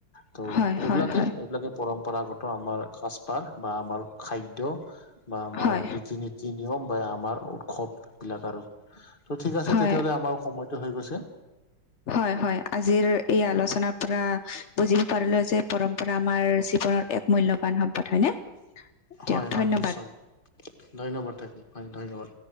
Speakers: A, on the left; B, on the left.
A: হয়
B: ত' এইবিলাকে
A: হয় হয় হয় হয় হয়
B: এইবিলাকে পৰম্পৰাগত আমাৰ সাজপাৰ বা আমাৰ খাদ্য। বা আমাৰ
A: হয়
B: ৰীতি নীতি নিয়ম বা আমাৰ উৎসৱবিলাক আৰু। ত' ঠিক আছে
A: হয়
B: তেতিয়াহলে আমাৰ সময়টো হৈ গৈছে।
A: হয় হয় আজিৰ। এই আলোচনাৰ পৰা বুজিব পাৰিলো যে পৰম্পৰা আমাৰ জীৱনৰ এক মূল্যবান সম্পদ হয়নে। <inaudible>
B: হয় হয়
A: ধন্যবাদ।
B: নিশ্চয় ধন্যবাদ থাকিল হয় ধন্যবাদ।